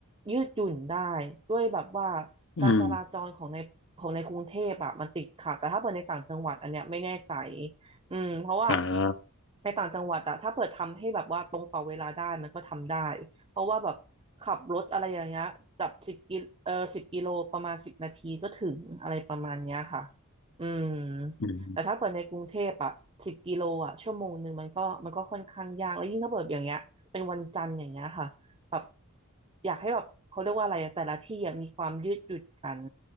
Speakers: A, on the right; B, on the left.
A: ยืดหยุ่นได้ด้วยแบบว่า
B: อืม
A: การจราจรของในของในกรุงเทพอะมันติดขัดแต่ถ้าเปิดในต่างจังหวัดอันเนี้ยไม่แน่ใจอืมเพราะว่า
B: อ่า
A: ในต่างจังหวัดอะถ้าเปิดทำให้แบบว่าตรงต่อเวลาได้มันก็ทำได้เพราะว่าแบบขับรถอะไรอย่างเงี้ยแบบสิบกิเออสิบกิโลประมาณสิบนาทีก็ถึงอะไรประมาณเนี้ยค่ะอืม
B: อืม
A: แต่ถ้าเปิดในกรุงเทพอะสิบกิโลอะชั่วโมงหนึ่งมันก็มันก็ค่อนข้างยากแล้วยิ่งถ้าเปิดอย่างเงี้ยเป็นวันจันทร์อย่างเงี้ยค่ะแบบอยากให้แบบเขาเรียกว่าอะไรอะแต่ละที่อะมีความยืดหยุ่นกัน